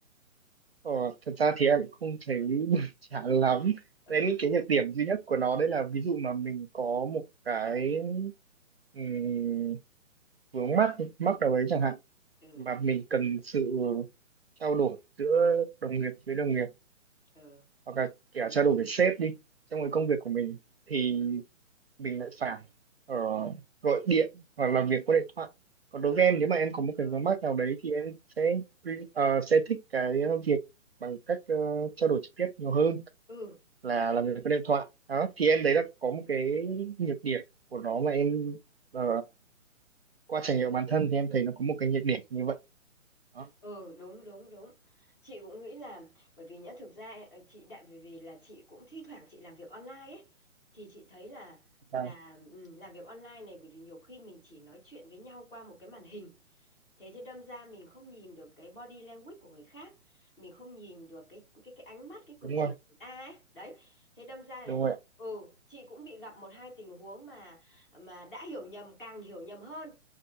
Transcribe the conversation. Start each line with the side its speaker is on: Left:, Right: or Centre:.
Right: ờ, thật ra thì em cũng không thấy <laughs> buồn chán lắm
Left: ừ
Right: đấy những cái nhược điểm duy nhất của nó đấy là ví dụ mà mình có một cái ừm, vướng mắc mắc nào đấy chẳng hạn
Left: ừ
Right: mà mình cần sự trao đổi giữa đồng nghiệp với đồng nghiệp
Left: ừ
Right: hoặc là kể cả trao đổi với sếp đi trong
Left: ừ
Right: cái công việc của mình thì mình lại phải ờ, gọi điện hoặc làm việc qua điện thoại còn đối
Left: ừ
Right: với em nếu mà em có một
Left: rồi
Right: cái vướng mắc nào đấy thì em sẽ ờ, sẽ thích cái việc bằng cách ờ, trao đổi trực tiếp nhiều hơn
Left: ừ
Right: là làm việc qua điện thoại đó
Left: Chị-
Right: thì em đấy là có một cái nhược điểm của nó mà em ờ, qua trải nghiệm bản thân thì em thấy nó có một cái nhược điểm như vậy đó
Left: ừ đúng đúng đúng chị cũng nghĩ là bởi vì nhá thực ra ấy, ờ, chị đại vì vì là chị cũng thi thoảng chị làm việc online ấy thì chị thấy là
Right: Vâng,
Left: là ừ, làm việc online này bởi vì nhiều khi mình chỉ nói chuyện với nhau qua một cái màn hình thế thế đâm ra mình không nhìn được cái body language của người khác mình không nhìn được cái cái cái ánh mắt cái cử
Right: đúng
Left: chỉ
Right: rồi
Left: của người ta ấy đấy thế đâm ra
Right: đúng
Left: là
Right: rồi
Left: ừ chị cũng bị gặp một hai tình huống mà mà đã hiểu nhầm càng hiểu nhầm hơn